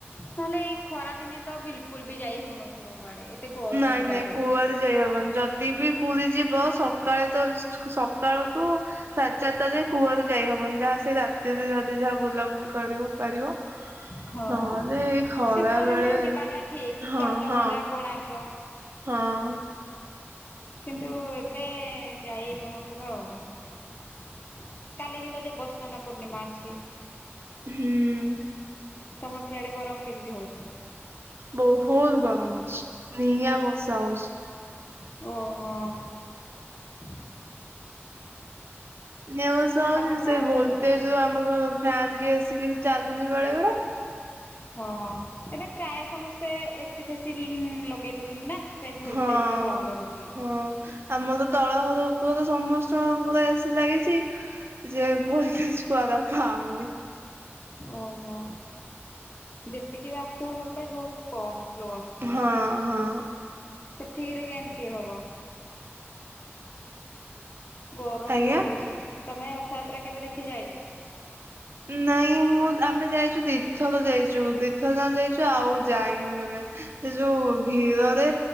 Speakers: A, on the left (about 45°); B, on the right (about 60°).
A: ତାହେଲେ ଏଇ ଖରା ଦିନେ ତ ବିଲକୁଲ ବି ଯାଇ ହଉନଥିବ କୁଆଡେ। ଏତେ ଗରମ
B: ନାଇଁ-ନାଇଁ
A: ସକାଶେ।
B: କୁଆଡେ ଯାଇ ହବନି ଯଦି ବି ପୁରୀ ଯିବ ସକାଳେ ତ ସକାଳ ରୁ ସାଢେ ଚାରଟା ଯାଏ। କୂଆଡେ ଯାଇ ହବନି ଯାହା ସେଇ ରାତିରେ ଯଦି ଯାହା ବୁଲାବୁଲି କରିବା ପାରିବ।
A: ହଁ
B: ନହେଲେ ଏଇ ଖରା
A: ଶୀତ
B: ବେଳେ
A: ଦିନେ ଯିବାଟା ଠିକ
B: ହଁ-ହଁ।
A: ଚନ୍ଦ୍ରଭାଗା କୋଣାର୍କ।
B: ହଁ।
A: କିନ୍ତୁ ଏବେ ଯାଇ ହଉନଥିବ ଆଉ। କାଲି ବି ତ ଦେବସ୍ନାନ ପୂର୍ଣ୍ଣିମା ଅଛି।
B: ହୁଁ।
A: ତମର ସିଆଡେ ଗରମ କେମିତି ହଉଛି?
B: ବହୁତ୍ ଗରମ ହଉଛି ନିଆଁ ବର୍ଷା ହଉଚି।
A: ଓହୋ।
B: ନିଆଁ ବର୍ଷା ହଉଛି
A: ଫର୍ଷା
B: ସେ
A: ହଉନି
B: ଭୋଲଟେଜ୍
A: ବୋଧେ
B: ଆମର ଫ୍ୟାନ୍ କେସ୍ ଏ ସି କିଛି ଚାଲୁନି ବଳେ ବଳେ।
A: ହଁ-ହଁ ଏବେ ପ୍ରାୟେ ସମସ୍ତେ ଏ ସି ଫେସି ଲଗେଇ ଦଉଛନ୍ତି ନା। ସେଥିପାଇଁ ଭୋଲଟେଜ
B: ହଁ-ହଁ
A: ବି କମ ରହୁଛି।
B: ଆମର ତ-ତଳ ହ ତ ଉପରେ ସମସ୍ତଙ୍କର ଏ ସି ଲାଗିଛି ଯେ ଭୋଲଟେଜ୍ କୁଆଡୁ ହଉନି।
A: ଓହୋ ଯେତିକି ବି ଆସୁଥିବ ଭୋଲଟେଜ୍ ବହୁତ କମ୍ ସ୍ଲୋ ଆସୁଥିବ।
B: ହଁ ହଁ
A: ସେଥିକିରେ କେମିତି ହବ? ଗରମ
B: ଆଜ୍ଞା
A: ତ ହଉଛି ତମେ ରଥଯାତ୍ରା କେବେ ଦେଖି ଯାଇଚ?
B: ନାଇଁ ମୁଁ ଆମେ ଯାଇଛୁ ଦିଥର ଯାଇଛୁ। ଯୋ ଦିଥର ଯାଁଙ୍କ ଯାଇଛୁ ଆଉ ଯାଇନୁ କେବେ ସେ ଯୋଉ ଭିଡରେ